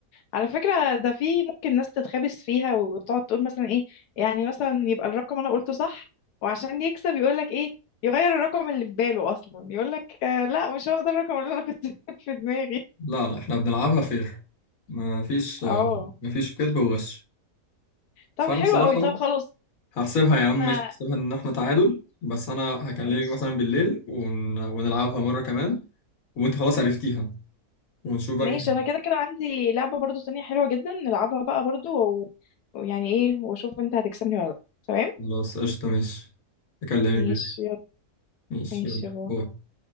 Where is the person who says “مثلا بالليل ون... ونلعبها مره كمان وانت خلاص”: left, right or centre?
Left